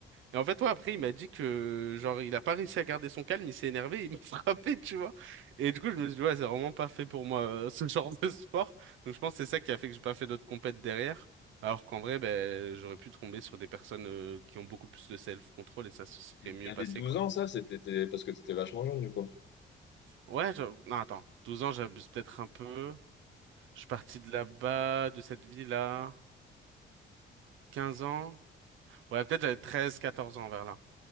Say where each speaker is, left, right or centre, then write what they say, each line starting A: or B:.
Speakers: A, on the right; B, on the left.
A: Et en fait, toi, après, il m'a dit que, genre, il a pas réussi à garder son calme, il s'est énervé, il m'a <laughs> frappé, tu vois. Et du coup, je me suis dit, ouais, c'est vraiment pas fait pour moi, euh, ce <laughs> genre de sport. Donc, je pense que c'est ça qui a fait que j'ai pas fait d'autres compètes derrière. Alors qu'en vrai, ben, j'aurais pu tomber sur des personnes, euh, qui ont beaucoup plus de self-control et ça se serait mieux
B: T'avais
A: passé,
B: 12
A: quoi.
B: ans, ça, c'était t'es- parce que t'étais vachement jeune, du coup.
A: Ouais, je- non, attends. douze ans, j'abuse peut-être un peu. Je suis parti de là-bas, de cette ville-là. quinze ans. Ouais, peut-être j'avais 13, 14 ans vers là.